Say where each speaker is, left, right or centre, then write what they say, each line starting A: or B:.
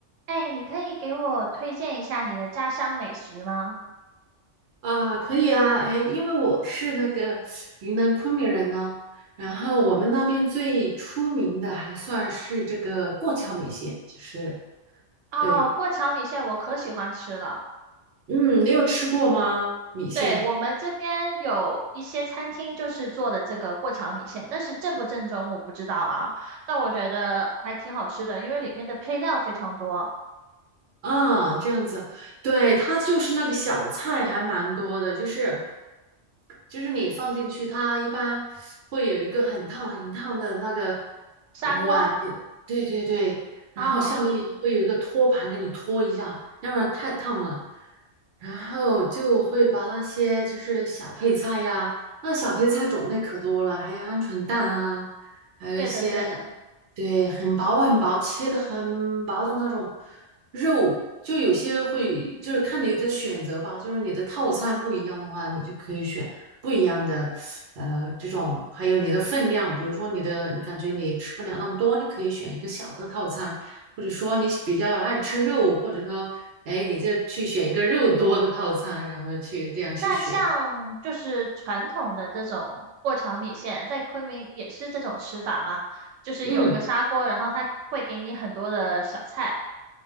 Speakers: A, on the right; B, on the right.
A: 哎，你可以给我推荐一下你的家乡美食吗？
B: 啊，可以啊，哎，因为我是那个云南昆明人呢，然后我们那边最出名的还算是这个过桥米线，就是
A: 哦，
B: 对，
A: 过桥米线我可喜欢吃了。
B: 嗯，你有吃过吗？米线？
A: 对，我们这边有一些餐厅就是做的这个过桥米线，但是正不正宗我不知道啊。但我觉得还挺好吃的，因为里面的配料非常多。
B: 嗯，这样子，对，它就是那个小菜还蛮多的，就是就是你放进去，它一般会有一个很烫很烫的那个
A: 砂锅
B: 碗给，对对对，然后下面会有一个托盘给你托一下，
A: 啊，
B: 要不然太烫了。然后就会把那些就是小配菜呀，那小配菜种类可多了，还有鹌鹑蛋啊，还有一些
A: 对的对的。
B: 对很薄很薄切的很薄的那种。肉就有些会，就是看你的选择吧，就是你的套餐不一样的话，你就可以选不一样的，呃，这种，还有你的分量，比如说你的，你感觉你吃不了那么多，你可以选一个小的套餐，或者说你比较爱吃肉，或者说，哎，你就去选一个肉多的套餐，然后去这样去选，
A: 那像就是传统的这种过桥米线，在昆明也是这种吃法吗？就是有一个砂锅，
B: 嗯。
A: 然后它会给你很多的小菜。